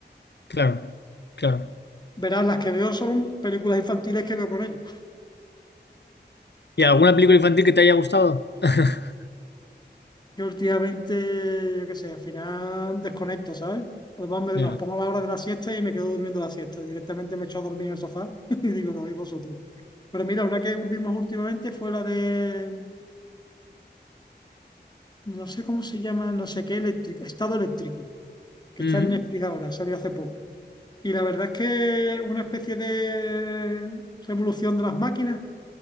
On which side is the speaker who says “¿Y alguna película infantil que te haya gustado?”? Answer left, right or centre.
Left